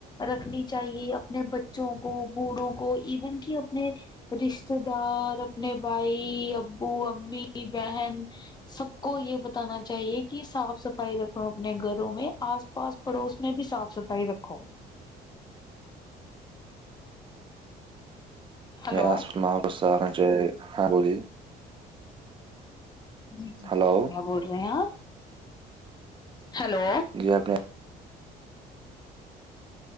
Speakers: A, on the left; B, on the right.
A: رکھنی چاہیے اپنے بچوں کو بوڑھوں کو ایون کہ اپنے رشتے دار اپنے بھائی ابو امی بہن سب کو یہ بتانا چاہیے کہ کہ صاف صفائی رکھو اپنے گھروں میں آس پاس پڑوس میں بھی صاف صفائی رکھو ہلو
B: آ م کس ہاں بولی
A: جی جی
B: ہلو
A: جی کیا بول رہے ہیں آپ ہلو
B: جی اپنے